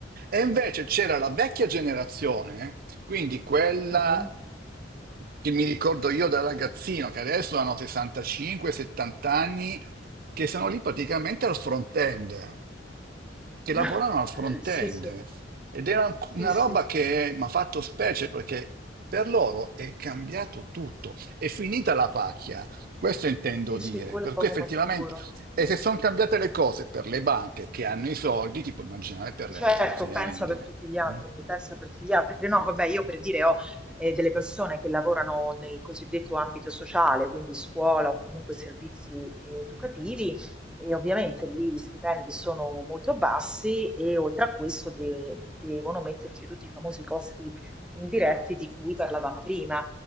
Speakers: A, on the right; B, in the centre.
A: E invece c'era la vecchia generazione, eh, quindi quella
B: Mhm.
A: che mi ricordo io da ragazzino, che adesso hanno 65-70 anni, che sono lì praticamente al front end che lavoravano
B: <laughs>
A: al front-end
B: Sì, sì.
A: ed era
B: Sì,
A: una
B: sì,
A: roba
B: sì.
A: che mi ha fatto specie perché per loro è cambiato tutto, è finita la pacchia, questo intendo
B: Sì,
A: dire,
B: sì, quello
A: per
B: è poco
A: cui effettivamente,
B: ma sicuro.
A: e se sono cambiate le cose per le banche che hanno i soldi, ti puoi immaginare per
B: Certo,
A: le altre aziende.
B: pensa per tutti gli altri,
A: mm?
B: pensa per tutti gli altri. No, vabbè, io per dire ho eh, delle persone che lavorano nel cosiddetto ambito sociale, quindi scuola o comunque servizi eh, educativi, e ovviamente lì gli stipendi sono molto bassi e oltre a questo de- devono metterci tutti i famosi costi indiretti di cui parlavamo prima.